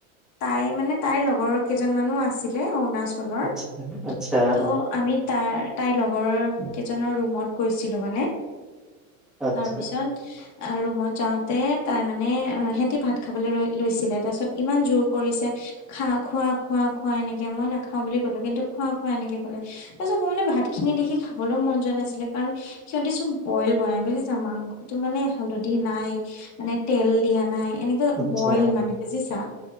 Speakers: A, on the left (about 40°); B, in the centre.
A: তাই, মানে তাইৰ লগৰ কেইজনমানো আছিলে অৰুণাচলৰ,
B: আচ্ছা আচ্ছা
A: ত' আমি তাই তাইৰ লগৰ কেইজনৰ ৰুমত গৈছিলো মানে,
B: আচ্ছা
A: তাৰপিছত অ', ৰুমত যাওঁতে তাই মানে সিহতি ভাত খাবলৈ লৈ লৈছিলে তাৰ পিছত ইমান জোৰ কৰিছে খা খোৱা খোৱা খোৱা এনেকে মই নাখাও বুলি ক'লো, কিন্তু খোৱা এনেকে ক'লে তাৰ পিছত ভাত খিনি দেখি খাবলৈও মন যোৱা নাছিলে, কাৰণ সিহঁতি চব বইল বনাই বুজিছা মাংসটো মানে হালধি নাই। মানে তেল দিয়া নাই এনেকে
B: আচ্ছা
A: বইল মানে বুজিছা?